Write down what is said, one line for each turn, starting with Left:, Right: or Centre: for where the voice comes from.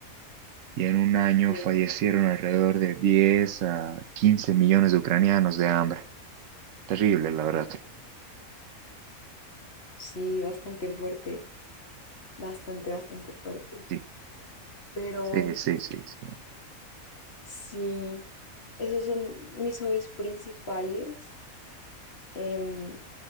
Right: Y en un año
Left: Bien.
Right: fallecieron alrededor de 10 a 15 millones de ucranianos de hambre. Terrible, la verdad.
Left: Sí, bastante fuerte. Bastante, bastante fuerte.
Right: Sí,
Left: Pero
Right: sí, sí, sí, sí.
Left: sí, esos son mis hobbies principales. Em,